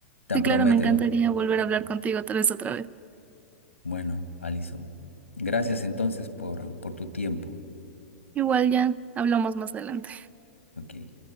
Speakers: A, on the left (about 85°); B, on the right (about 20°).
A: tan
B: Sí,
A: prometedor.
B: claro, me encantaría volver a hablar contigo tal vez otra vez.
A: Bueno, Alison, gracias entonces por, por tu tiempo.
B: Igual ya hablamos más adelante.
A: Ok.